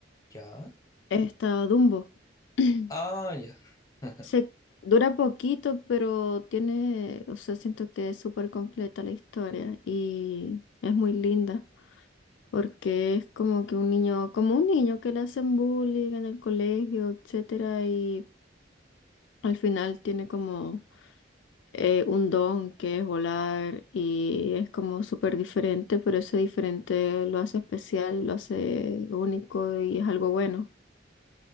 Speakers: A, on the left; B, on the left.
A: ¿Ya?
B: esta Dumbo. <clears throat>
A: Ah, ya. <laughs>
B: Se dura poquito, pero tiene, o sea, siento que es súper completa la historia y es muy linda porque es como que un niño, como un niño que le hacen bullying en el colegio, etcétera, y al final tiene como eh, un don que es volar y es como súper diferente, pero ese diferente lo hace especial, lo hace único y es algo bueno.